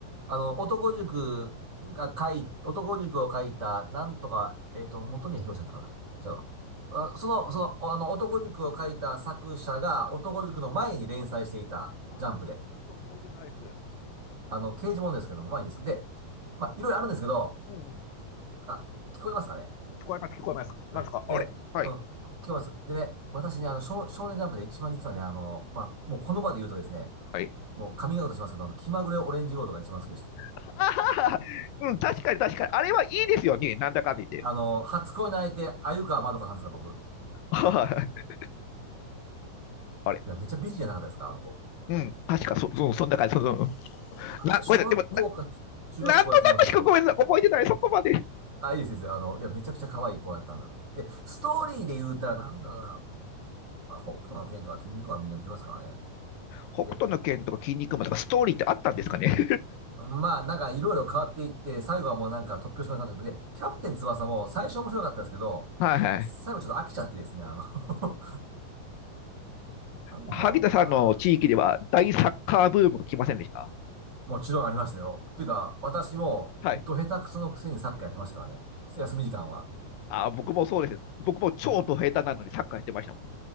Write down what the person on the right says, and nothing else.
あの、男塾が書い、男塾を書いた、なんとか、えっと、元宮博さんだったかな。違う。あ、あその、その、あの、男塾を書いた作者が、男塾の前に連載していた、
ジャンプで。
あの、刑事ものですけども、前にです。で、まあ、いろいろあるんですけど、
あ、聞こえますかね。
うん。でね、うん、聞こえます。でね、私ね、あの、少、少年ジャンプで一番実はね、あの、まあ、もうこの場で言うとですね、
もうカミングアウトしますけど、あの気まぐれオレンジロードが一番好きでして、
あの、初恋の相手、鮎川まどかさんですか、僕。
いや、めっちゃ美人じゃなかったですかあの子。
あ小学校か中学校やと思うんですけど、
あ、いいです、いいです。あの、いや、めちゃくちゃ可愛い子やったんだな。で、ストーリーで言うたら、なんだろうな。まあ、北斗の拳とか筋肉はみんな見てますからね。
で、まあ、なんかいろいろ変わっていって、最後はもうなんか突拍子もなかったけど、で、キャプテン翼も最初面白かったですけど、
最後ちょっと飽きちゃってですね、あの <laughs> なんだろうな。
もちろんありましたよ。っていうか、私も、
ど下手くそのくせにサッカーやってましたからね。休み時間は。